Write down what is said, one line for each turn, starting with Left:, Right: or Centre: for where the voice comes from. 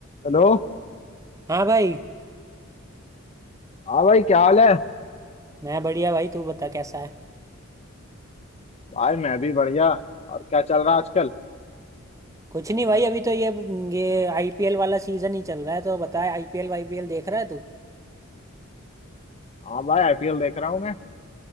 Left: Hello
Right: हाँ भाई
Left: हाँ भाई क्या हाल है
Right: मैं बढ़िया भाई तू बता कैसा है
Left: भाई मैं भी बढ़िया और क्या चल रहा है आजकल
Right: कुछ नहीं भाई अभी तो ये ये आईपीएल वाला सीजन ही चल रहा है तो बता आईपीएल आईपीएल देख रहा है तू
Left: हाँ भाई आईपीएल देख रहा हूँ मैं